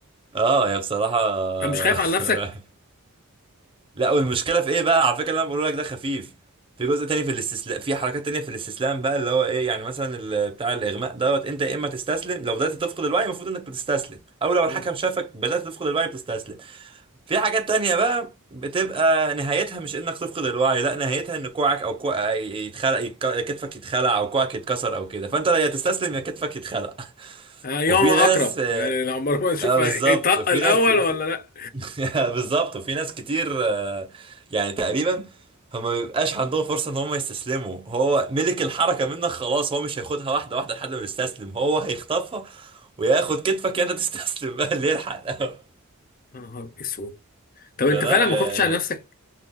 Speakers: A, on the right (about 25°); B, on the left (about 40°).
A: اه يا بصراحه <laughs>
B: انت مش خايف على نفسك؟
A: لا والمشكله في ايه بقى على فكره اللي انا بقول لك ده خفيف في جزء تاني في الاستسلام في حركات تانية في الاستسلام بقى اللي هو ايه يعني مثلا ال- بتاع الاغماء دوت انت يا اما تستسلم لو بدات تفقد الوعي المفروض انك بتستسلم او لو
B: مم.
A: الحكم شافك بدات تفقد الوعي بتستسلم في حاجات تانية بقى بتبقى نهايتها مش انك تفقد الوعي لا نهايتها ان كوعك او كوع يتخلع يتك- كتفك يتخلع او كوعك يتكسر او كده فانت يا تستسلم يا كتفك يتخلع <laughs>
B: آه، يوم
A: وفي
B: اقرب
A: ناس اه
B: يعني لو عمر ما نشوف
A: آه،
B: هيطق
A: بالظبط وفي
B: الاول
A: ناس
B: ولا لا
A: <laughs> بالظبط وفي ناس كتير آه، يعني تقريبا فما بيبقاش عندهم فرصة ان هم يستسلموا هو ملك الحركة منك خلاص هو مش هياخدها واحدة واحدة لحد ما يستسلم هو هيخطفها وياخد كتفك انت تستسلم <laughs> بقى اللي يلحق <laughs>
B: يا نهار اسود طب
A: فلا
B: انت فعلا ما
A: غ...
B: خفتش على
A: غ...
B: نفسك